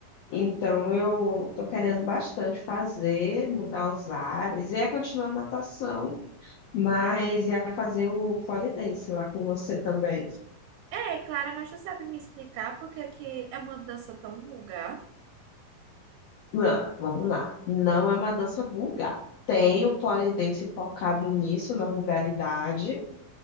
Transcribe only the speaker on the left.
Então eu tô querendo bastante fazer, mudar os ares, e é continuar a natação, mas ia fazer o pole dance lá com você também.
Não, vamos lá. Não é uma dança vulgar. Tem o polidense focado nisso, na vulgaridade,